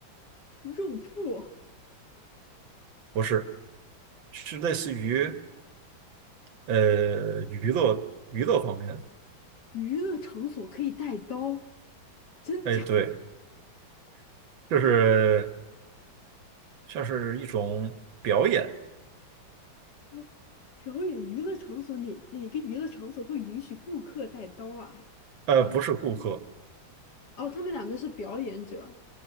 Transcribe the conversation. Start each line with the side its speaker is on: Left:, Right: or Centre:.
Left: 肉铺、
Right: 不是，是类似于呃娱乐娱乐方面的。
Left: 娱乐场所可以带刀？真假
Right: 哎，对，就是像是一种表演，
Left: 的？表演娱乐场所哪哪个娱乐场所会允许顾客带刀啊？
Right: 呃，不是顾客，
Left: 哦，他们两个是表演者，